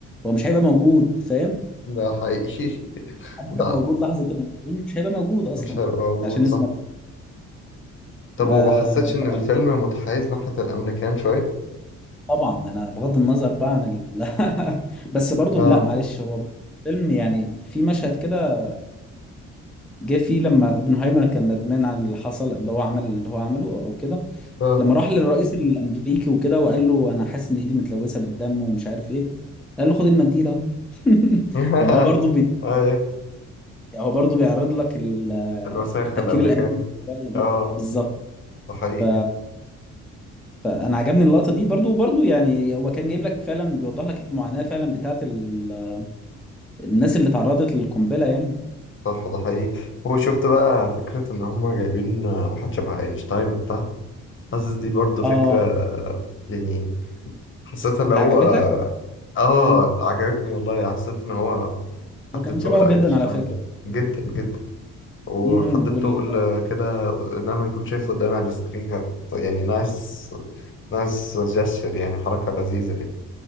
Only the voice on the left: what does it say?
ده حقيقي <laughs>
ده
مش هيبقى موجود
صح طب
وما حسيتش
ان الفيلم متحيز ناحية الامريكان شوية
اه
اه
<laughs>
ايوه
الوساخة
الامريكاني
اه
ده حقيقي
صح ده حقيقي هو شفت بقى فكرة ان هم جايبين واحد شبه اينشتاين وبتاع حاسس دي برضو فكرة
يعني حسيتها اللي
هو
اه
عجبتني والله حسيت ان هو
حد بتقل
اينشتاين
جدا جدا وحد
بتقل
كده ان انا اكون شايفه قدامي على السكرين كانت يعني نايس نايس جستشر يعني حركة لذيذة يعني